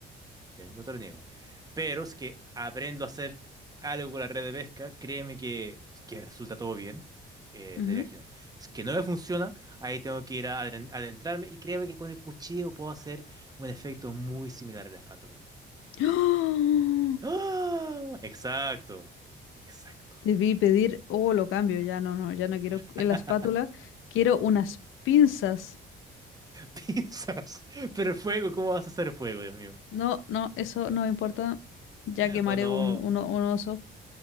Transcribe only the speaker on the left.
Ujú.
¡Oh!
Debí pedir, oh, lo cambio, ya no, no, ya no quiero
la espátula, quiero unas pinzas.
No, no, eso no me importa, ya quemaré
un, un, o- un oso.